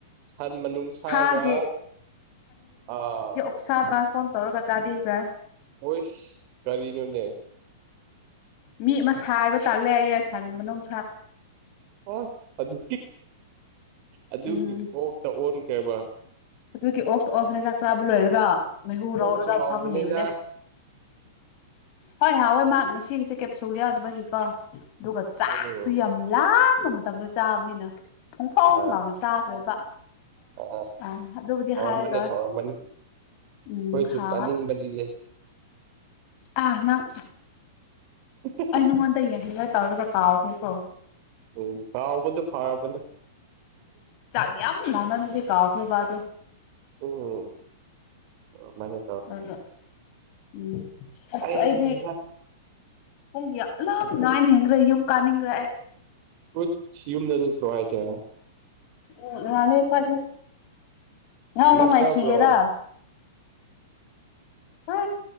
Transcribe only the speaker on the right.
ꯁꯟ ꯃꯅꯨꯡꯁꯥꯒ
ꯑꯥ
ꯑꯣꯏꯁ ꯀꯔꯤꯅꯣꯅꯦ
ꯑꯁ ꯑꯗꯨ ꯑꯗꯨꯒꯤ
ꯑꯣꯛꯇ ꯑꯣꯟꯈ꯭ꯔꯦꯕ
ꯑꯣꯛꯁꯨ ꯍꯥꯎꯕꯅꯦꯗ
ꯎꯝ
ꯑ
ꯑ
ꯍꯥꯎꯔꯝꯃꯅꯤ
ꯍꯥꯎꯔꯝꯃꯅꯤ
ꯑꯩꯈꯣꯏꯁꯨ
ꯆꯥꯅꯤꯡꯕꯅꯤꯅꯦ
ꯎ <unintelligible>
ꯎꯝ ꯍꯥꯎꯕꯗꯨ ꯐꯔꯕꯅꯦ
ꯎꯝ ꯑ ꯃꯥꯏꯅ
ꯑꯩꯍꯥ
ꯀꯣꯏ ꯁꯤ ꯌꯨꯝꯗ ꯅꯠꯇ꯭ꯔꯣ ꯍꯥꯏꯖꯦ
ꯅꯛꯅꯕ꯭ꯔꯣ